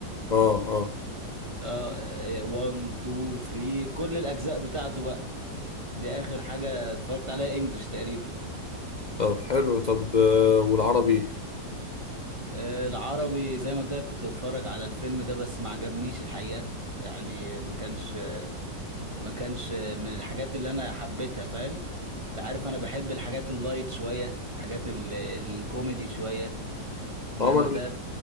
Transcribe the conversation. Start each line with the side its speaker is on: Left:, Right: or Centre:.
Left: اه اه
Right: اه 1 2 3 كل الاجزاء بتاعته بقى، دي اخر حاجه اتفرجت عليها انجلش تقريبا
Left: طب حلو طب آه، والعربي
Right: مم. آه، العربي زي ما قلت لك كنت بتفرج على الفيلم ده بس ما عجبنيش الحقيقه يعني ما كانش ما كانش من الحاجات اللي انا حبيتها فاهم انت عارف انا بحب الحاجات اللايت شويه الحاجات ال- الكوميدي شويه انما
Left: اه
Right: ده